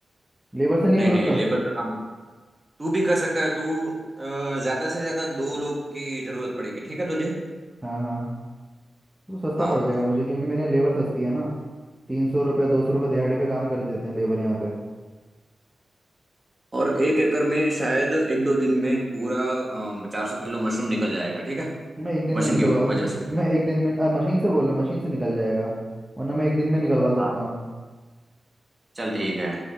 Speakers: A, in the centre; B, on the right (about 20°).
A: लेबर से नहीं
B: नहीं
A: हो सकता
B: नहीं लेबर का काम तू भी कर सकता है तू अ, ज्यादा से ज्यादा दो लोग की जरूरत पड़ेगी ठीक है तुझे
A: हाँ हाँ तो सस्ता
B: हाँ
A: पड़ जाएगा मुझे क्योंकि मेरे यहाँ लेबर सस्ती है ना तीन सौ रुपये दो सौ रुपये दिहाड़ी पे काम कर देते हैं लेबर यहाँ पे
B: और एक एकड़ में शायद एक दो दिन में पूरा चार सौ किलो मशरूम निकल जाएगा ठीक है
A: मैं एक दिन
B: मशीन
A: में निकलवा
B: की वजह
A: लूँ <laughs>
B: से
A: मैं एक दिन में आ, मशीन से बोल रहा हूँ मशीन से निकल जाएगा वरना मैं एक दिन में निकलवा सकता
B: हाँ
A: हूँ
B: चल ठीक है